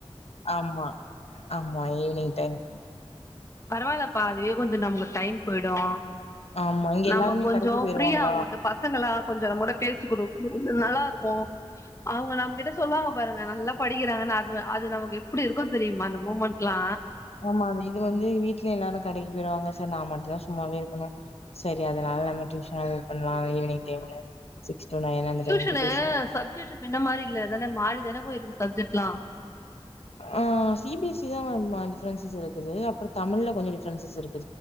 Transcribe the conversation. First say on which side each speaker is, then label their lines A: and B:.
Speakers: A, on the left; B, on the left.
A: ஆமா ஆமா ஈவினிங் டைம்
B: பரவால்லப்பா அதுவே கொஞ்சம் நமக்கு டைம் போய்டும்
A: ஆமா இங்க
B: நமக்கு
A: எல்லாருமே
B: கொஞ்சம்
A: கடைக்கு போயிருவாங்களா
B: ஃப்ரீயாவும் இந்த பசங்களால கொஞ்சம் நம்மோட பேசிக்குடுக் நல்லா இருக்கும் அவுங்க நம்ம கிட்ட சொல்வாங்க பாருங்க நல்லா படிக்கிறாங்கனு அது அது நமக்கு எப்டி இருக்கு தெரியுமா அந்த மூமெண்ட்லா
A: ஆமா இது வந்து வீட்ல எல்லாரு கடைக் போய்ருவாங்க சர் நா மட்டுதா சும்மாவே இருக்கணு சரி அதனால நம்ம டியூஷனாலு இது பண்ணலா ஈவினிங்டைமு சிக்ஸ் டு நைன் அந்த
B: டியூஷனு
A: டைம்க்கு டியூஷன்
B: சப்ஜெஸ்சு மின்ன மாரி இல்ல இதல மாரிதானே போய்ருக்கு சப்ஜெக்ட்லா
A: ஆ சி பி எஸ் சி தா <unintelligible> டிஃப்ரன்ஸஸ் இருக்குது அப்புறோ தமிழ்ல கொஞ்ச டிஃப்ரென்சஸ் இருக்